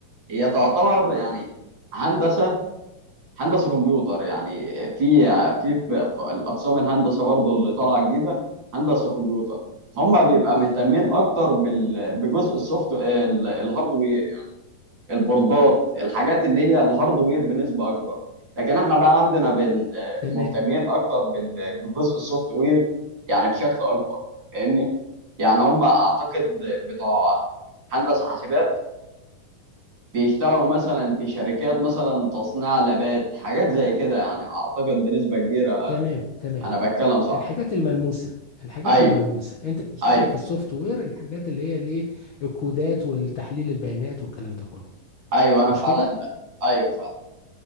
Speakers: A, on the right (about 30°); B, on the left (about 70°).
A: هي تعتبر يعني هندسه هندسه كمبيوتر يعني في في في في الاقسام الهندسه برضو اللي طالعه جديده هندسه كمبيوتر هم بيبقى مهتمين اكتر بال- بجزء السوفت ال- الهاردوير يعني البوردات الحاجات اللي هي الهاردوير بنسبه اكبر لكن احنا بقى عندنا بن مهتمين
B: تمام
A: اكتر بال- بجزء السوفت وير يعني بشكل اكبر فاهمني يعني هم اعتقد بتوع هندسه حاسبات بيشتغلوا مثلا في شركات مثلا تصنيع لبات حاجات زي كده يعني اعتقد بنسبة كبيرة
B: تمام تمام
A: انا بتكلم صح
B: الحاجات الملموسه الحاجات
A: ايوه
B: الملموسه انت بتشتغل
A: ايوه
B: في السوفت وير الحاجات اللي هي الايه الكودات والتحليل البيانات والكلام ده كله
A: ايوه انا
B: مش
A: فعلا
B: كده
A: ب... ايوه فعلا